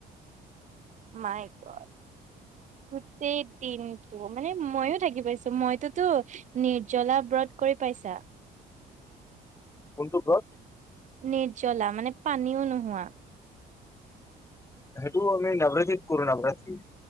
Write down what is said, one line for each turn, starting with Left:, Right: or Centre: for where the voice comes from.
Right: মাই গড গোটেই দিনটো মানে মইও থাকি পাইছো মইতোতো। নিৰ্জলা ব্ৰত কৰি পাইছা?
Left: কোনটো ব্ৰট?
Right: নিৰ্জলা মানে পানীও নোহোৱা।
Left: সেইটো আমি নবৰাত্ৰি কৰো নবৰাত্ৰি।